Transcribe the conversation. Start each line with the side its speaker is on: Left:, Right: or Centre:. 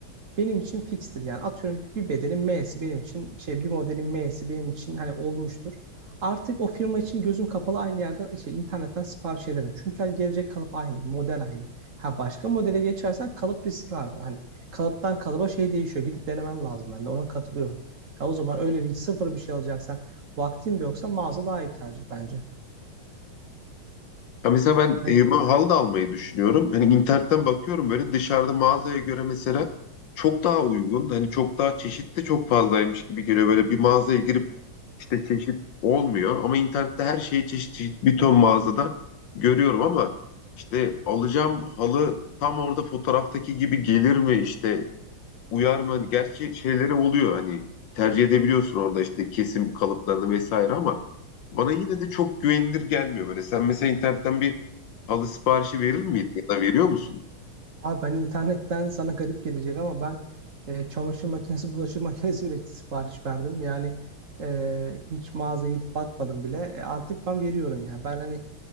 Right: benim için fixtir Yani atıyorum ki bir bedenin M'si benim için şey bir modelin M'si benim için hani olmuştur. Artık o firma için gözüm kapalı aynı yerden şey internetten sipariş ederim. Çünkü hani gelecek kalıp aynı, model aynı. Ha başka modele geçersen kalıp riskli abi. Hani kalıptan kalıba şey değişiyor. Gidip denemen lazım ben de ona katılıyorum. Ya o zaman öyle bir sıfır bir şey alacaksan vaktin de yoksa mağaza daha iyi bir tercih bence.
Left: Ya mesela ben
Right: Evet.
Left: evime halı da almayı düşünüyorum. Hani internetten bakıyorum böyle dışarıda mağazaya göre mesela çok daha uygun. Hani çok daha çeşit de çok fazlaymış gibi geliyor. Böyle bir mağazaya girip işte çeşit olmuyor ama internette her şeyi çeşit çeşit bir ton mağazada görüyorum ama işte alacağım halı tam orada fotoğraftaki gibi gelir mi işte uyar mı? Hani Gerçi şeyleri oluyor hani tercih edebiliyorsun orada işte kesim kalıplarını vesaire ama bana yine de çok güvenilir gelmiyor böyle. Sen mesela internetten bir halı siparişi verir miydin ya da veriyor musun?
Right: Abi ben internetten sana garip gelecek ama ben e, çamaşır makinesi, <laughs> bulaşık makinesi bile sipariş verdim. Yani e, hiç mağazaya gidip bakmadım bile. E, artık ben veriyorum ya. Ben hani